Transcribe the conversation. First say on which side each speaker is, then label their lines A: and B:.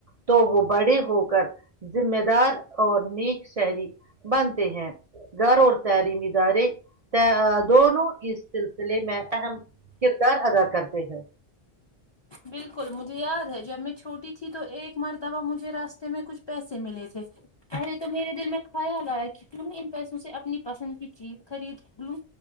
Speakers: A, on the right; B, on the left.
A: تو وہ بڑے ہو کر ذمہ دار اور نیک شہری بنتے ہیں گھر اور تعلیمی ادارے دونوں اس سلسلے میں اہم کردار ادا کرتے جی ہوں
B: بالکل مجھے یاد ہے جب میں چھوٹی تھی تو ایک مرتبہ مجھے راستے میں کچھ پیسے ملے تھے پہلے تو میرے دل میں خیال آیا کہ کیوں ان پیسوں سے اپنی پسند کی چیز خرید لوں